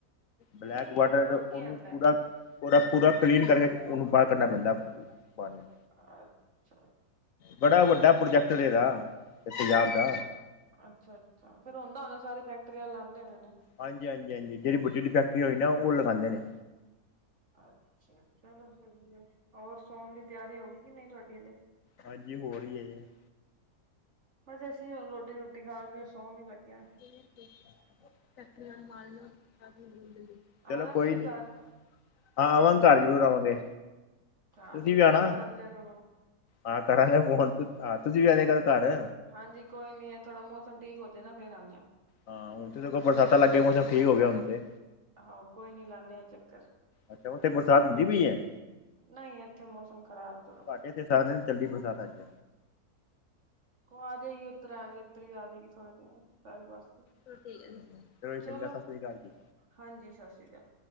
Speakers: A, on the left (about 65°); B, on the right (about 50°).
A: ਬਲੈਕ
B: ਨਹੀਂ ਨਹੀਂ
A: ਵਾਟਰ
B: ਇਹ
A: ਹੈ,
B: ਕੰਮ
A: ਤੇ
B: ਕੀ
A: ਉਹਨੂੰ
B: ਆਂਦਾ
A: ਪੂਰਾ ਪੂਰਾ -ਪੂਰਾ, ਕਲੀਨ ਕਰਕੇ ਉਹਨੂੰ ਬਾਹਰ ਕੱਢਣਾ ਪੈਂਦਾ ਪਾਣੀ ਨੂੰ
B: ਅੱਛਾ-ਅੱਛਾ।
A: ਬੜਾ ਵੱਡਾ, ਪ੍ਰੋਜੈਕਟਰ ਹੈ ਇਹਦਾ ਤੇਜ਼ਾਬ ਦਾ।
B: ਅੱਛਾ-ਅੱਛਾ, ਫੇਰ ਹੁੰਦਾ ਹੋਣਾ ਸਾਰੇ ਫੈਕਟਰੀ ਵਾਲੇ ਲਾਉਂਦੇ ਹੋਣੇ ਨੇ
A: ਹਾਂਜੀ-ਹਾਂਜੀ, ਹਾਂਜੀ ਜਿਹੜੀ ਵੱਡੀ -ਵੱਡੀ ਫੈਕਟਰੀਆਂ ਹੁੰਦੀ ਨਾ ਉਹ ਲਗਾਉਂਦੇ ਨੇ।
B: ਅੱਛਾ ਚਲੋ ਫੇਰ, ਹੋਰ ਸੋਣ ਦੀ ਤਿਆਰੀ ਹੋ ਗਈ ਕਿ ਨਹੀਂ, ਤੁਹਾਡੀ ਹਲੇ
A: ਹਾਂਜੀ, ਹੋ ਰਹੀ ਹੈ।
B: ਬਸ ਅਸੀਂ ਹੁਣ ਰੋਟੀ-ਰੁਟੀ, ਖਾ ਕੇ ਸੌਣ ਹੀ ਲੱਗੇ ਹਾਂ।
A: <unintelligible> ਚਲੋ
B: ਆਣਾ
A: ਕੋਈ
B: ਕਦੀ
A: ਨੀ,
B: ਘਰ
A: ਹਾਂ ਆਵਾਂਗੇ, ਘਰ ਜ਼ਰੂਰ ਆਵਾਂਗੇ।
B: ਹਾਂਜੀ,
A: ਤੁਸੀਂ
B: ਫੋਨ
A: ਆਣਾ
B: ਵੀ ਕਰ ਲਿਆ ਕਰੋ।
A: ਹਾਂ ਕਰਾਂਗਾ
B: ਹਨਾ
A: ਫੋਨ, ਆਹ ਤੁਸੀਂ ਵੀ ਆ ਜਾਇਆ ਕਰੋ ਘਰ।
B: ਹਾਂਜੀ ਕੋਈ ਨੀ, ਐ ਥੋੜਾ ਮੌਸਮ ਠੀਕ ਹੋ ਜਾਏ ਨਾ, ਫਿਰ ਆਉਂਦੇ ਹਾਂ
A: ਹਾਂ, ਹੁਣ ਤੇ ਸਗੋਂ ਬਰਸਾਤਾਂ ਲੱਗ ਗਈਆਂ, ਮੌਸਮ ਠੀਕ ਹੋ ਗਿਆ ਹੁਣ ਤੇ
B: ਆਹੋ, ਕੋਈ ਨੀ ਲਾਨੇ ਆਂ ਚੱਕਰ
A: ਅੱਛਾ, ਉੱਥੇ ਬਰਸਾਤ ਹੁੰਦੀ ਪਈ ਹੈ?
B: ਨਹੀਂ, ਇੱਥੇ ਮੌਸਮ ਖਰਾਬ ਹੈ ਥੋੜ੍ਹਾ।
A: ਸਾਡੇ ਇੱਥੇ, ਸਾਰਾ ਦਿਨ ਚੱਲੀ ਬਰਸਾਤ ਅੱਜ
B: ਆ ਜਾਏਗੀ, ਉੱਧਰ ਆ ਗਈ, ਇੱਧਰ ਵੀ ਆ ਜਾਏਗੀ, ਥੋੜੇ ਜਿਹੇ, ਸਾਰੇ ਪਾਸੇ
A: <unintelligible> ਚੰਗਾ
B: ਚਲੋ
A: ਸਤਿ ਸ਼੍ਰੀ ਅਕਾਲ ਜੀ
B: ਹਾਂਜੀ ਸਤਿ ਸ਼੍ਰੀ ਅਕਾਲ